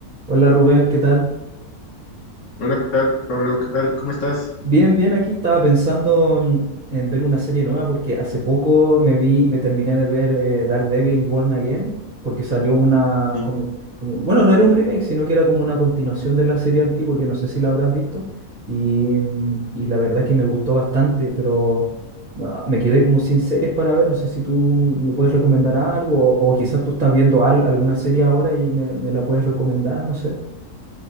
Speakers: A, on the right; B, on the left.
A: Hola Rubén, ¿qué tal?
B: Hola, ¿qué tal, Pablo? ¿Qué tal? ¿Cómo estás?
A: Bien, bien, aquí estaba pensando en, en ver una serie nueva porque hace poco me vi, me terminé de ver eh, Daredevil Born Again, porque salió una
B: Sí,
A: como, como- bueno, no era un remake, sino que era como una continuación de la serie antigua, que no sé si la habrás visto, y, mm, y la verdad que me gustó bastante, pero ah, me quedé como sin series para ver, no sé si tú me puedes recomendar algo, o, o quizás tú estás viendo al- alguna serie ahora y me, me la puedes recomendar, no sé.